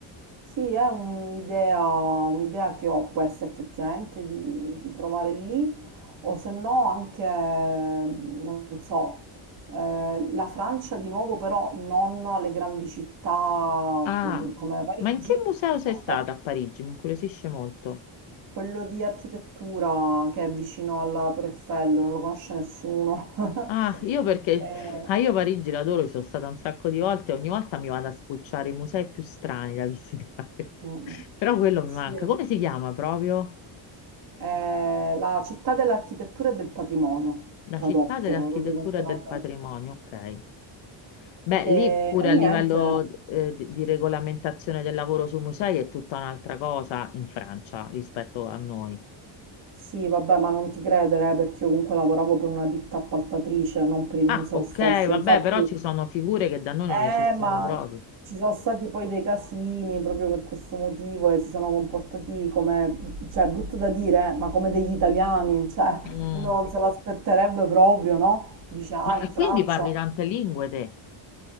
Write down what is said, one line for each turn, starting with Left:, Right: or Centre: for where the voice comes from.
Right: Sì, è un'idea un'idea che ho questa effettivamente di, di provare lì, o se no anche, non so, eh, la Francia di nuovo però non alle grandi città
Left: Ah,
Right: mm, come Parigi,
Left: ma in che museo sei
Right: ma
Left: stata
Right: qual-
Left: a Parigi? Mi incuriosisce molto.
Right: quello di architettura che è vicino alla Torre Eiffel, non lo conosce nessuno. <laughs>
Left: Ah, io perché,
Right: Eh,
Left: ah, io Parigi l'adoro, ci sono stata un sacco di volte, ogni volta mi vado a spulciare i musei più strani da visitare. <laughs>
Right: mm, mm.
Left: Però quello mi
Right: sì.
Left: manca. Come si chiama proprio?
Right: è la città dell'architettura e del patrimonio,
Left: La
Right: tradotto
Left: città dell'architettura
Right: proprio letteralmente.
Left: e del patrimonio, ok. Beh, lì
Right: E,
Left: pure
Right: e
Left: a livello
Right: niente,
Left: eh, di, di regolamentazione del lavoro sui musei è tutta un'altra cosa in Francia rispetto a noi.
Right: sì, vabbè, ma non ti credere, eh, perché io comunque lavoravo per una ditta appaltatrice, non per il
Left: Ah,
Right: museo
Left: ok,
Right: stesso.
Left: vabbè,
Right: Infatti,
Left: però ci sono figure che da noi
Right: eh,
Left: non esistono
Right: ma
Left: proprio.
Right: ci sono stati poi dei casini proprio per questo motivo e si sono comportati come, cioè, è brutto da dire, eh, ma come degli italiani, cioè,
Left: Mm,
Right: uno non se l'aspetterebbe proprio, no? Dice, ah,
Left: Ma
Right: in Francia.
Left: quindi parli tante lingue te?